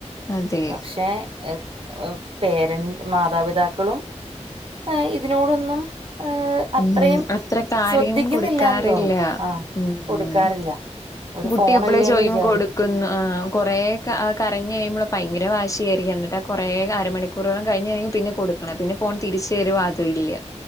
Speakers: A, on the left; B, on the right.
A: അതെ
B: പക്ഷേ എ പേരന്റ് മാതാപിതാക്കളും. ആ ഇതിനോടൊന്നും ഏഹ്. അത്രയും
A: ഉം അത്ര കാര്യം
B: സ്രദ്ധിക്കുന്നില്ലാന്ന്
A: കൊടുക്കാറില്ല
B: തോന്നുന്നു ആ
A: ഉം
B: കൊടുക്കാറില്ല. ഒരു
A: കുട്ടി
B: ഫോണല്ലേന്ന്
A: എപ്പളേ ചോയിക്കുമ്പ
B: വിചാരിക്കും
A: കൊടുക്കുന്നു ആഹ് കൊറെ ക കരഞ്ഞ് കഴിയുമ്പള്. ഭയങ്കര വാശിയായിരിക്കും എന്നിട്ട് കുറെ അരമണിക്കൂറോളം കഴിഞ്ഞു കഴിഞ്ഞാൽ പിന്നെ കൊടുക് കണം പിന്നെ ഫോൺ തിരിച്ച് തരു അതു ഇല്ല.